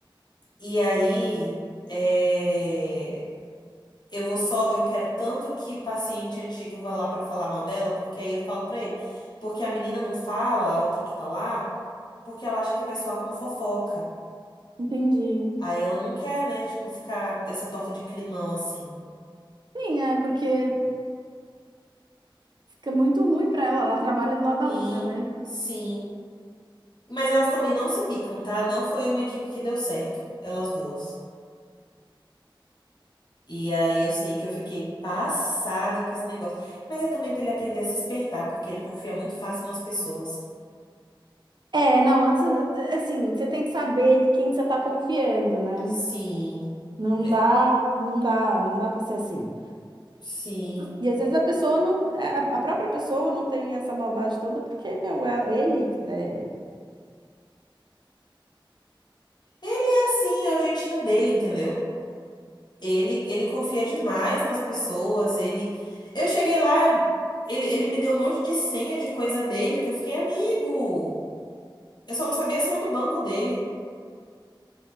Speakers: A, on the left (about 55°); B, on the right (about 55°).
A: E aí, é, eu vou só, eu quero tanto que paciente antigo vá lá pra falar mal dela, porque aí eu falo pra ele, porque a menina não fala, a outra que tá lá, porque ela acha que vai soar como fofoca.
B: Entendi.
A: Aí ela não quer, né, tipo, ficar essa torta de climão assim.
B: Sim, é porque fica muito ruim pra ela. Ela trabalha do lado da
A: Sim,
B: outra, né?
A: sim. Mas elas também não se bicam, tá? Não foi uma equipe que deu certo, elas duas. E aí eu sei que eu fiquei passada com esse negócio. Mas é também pra ele aprender a se espertar, porque ele confia muito fácil nas pessoas.
B: É, não, antes, assim, você tem que saber de quem que você tá confiando, né?
A: Sim,
B: Não
A: pre-
B: dá, não dá, não dá para ser assim.
A: sim.
B: E às vezes a pessoa não, a a própria pessoa não tem essa maldade toda, porque, meu, é- ele, é,
A: Ele é assim, é o jeitinho dele, entendeu? Ele, ele confia demais nas pessoas, ele... Eu cheguei lá, ele, ele me deu um monte de senha de coisa dele, que eu fiquei amigo. Eu só não sabia a senha do banco dele.